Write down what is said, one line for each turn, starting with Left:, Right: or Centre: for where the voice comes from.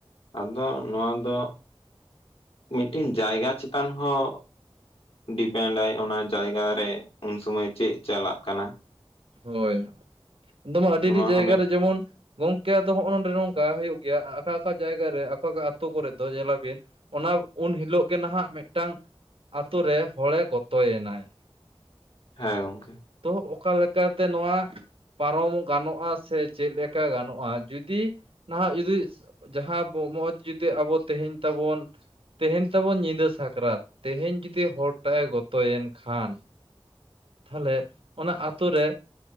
Left: ᱟᱫᱚ ᱱᱚᱣᱟ ᱫᱚᱼᱼ ᱢᱤᱴᱤᱱ ᱡᱟᱭᱜᱟ ᱪᱮᱛᱟᱱ ᱦᱚᱸᱼᱼ ᱰᱤᱯᱮᱱᱸᱰ ᱟᱭ ᱚᱱᱟ ᱡᱟᱭᱜᱟ ᱨᱮ ᱩᱱ ᱥᱩᱢᱚᱭ ᱪᱮᱫ ᱪᱟᱞᱟᱜ ᱠᱟᱱᱟ᱾
Right: ᱦᱳᱭ ᱟᱫᱚ ᱢᱟ ᱟᱹᱰᱤ
Left: ᱱᱚᱣᱟ
Right: ᱟᱹᱰᱤ ᱡᱟᱭᱜᱟ
Left: ᱦᱚᱸ ᱢᱤᱫ
Right: ᱨᱮ ᱡᱮᱢᱚᱱᱼᱼ ᱜᱚᱝᱠᱮ ᱟᱫᱚ ᱦᱚᱸᱜ ᱚ ᱱᱚᱰᱮ ᱱᱚᱝᱠᱟ ᱦᱩᱭᱩᱜ ᱜᱮᱭᱟ ᱟᱠᱟ ᱚᱠᱟ ᱡᱟᱭᱜᱟ ᱨᱮ ᱟᱠᱟ ᱠᱟ ᱟᱹᱛᱳ ᱠᱚᱨᱮ ᱫᱚ ᱧᱮᱞᱟᱵᱤᱱᱼ ᱚᱱᱟ ᱩᱱ ᱦᱤᱞᱳᱜ ᱜᱮ ᱱᱟᱦᱟᱜ ᱢᱮᱜᱴᱟᱝᱼᱼ ᱟᱛᱳ ᱨᱮ ᱦᱚᱲᱮ ᱜᱚᱛᱚᱭᱮᱱᱟᱭ,
Left: ᱦᱮᱸ ᱜᱚᱝᱠᱮ
Right: ᱛᱚ ᱚᱠᱟ ᱞᱮᱠᱟᱛᱮ ᱱᱚᱣᱟᱼ ᱯᱟᱨᱚᱢ ᱜᱟᱱᱚᱜ-ᱟ ᱥᱮ ᱪᱮᱫ ᱞᱮᱠᱟ ᱜᱟᱱᱚᱜ-ᱟ ᱡᱩᱫᱤ ᱱᱟᱦᱟᱜ ᱡᱩᱫᱤᱼ ᱡᱟᱦᱟᱸ <inaudible> ᱡᱩᱫᱤ ᱟᱵᱚ ᱛᱮᱦᱮᱧ ᱛᱟᱵᱚᱱᱼ ᱛᱮᱦᱮᱧ ᱛᱟᱵᱚᱱ ᱧᱤᱫᱟᱹ ᱥᱟᱠᱨᱟᱛ ᱛᱮᱦᱮᱧ ᱡᱩᱫᱤ ᱦᱚᱲᱴᱟᱜ ᱮ ᱜᱚᱛᱚᱭᱮᱱ ᱠᱷᱟᱱ, ᱛᱟᱦᱞᱮ ᱚᱱᱟ ᱟᱛᱳ ᱨᱮ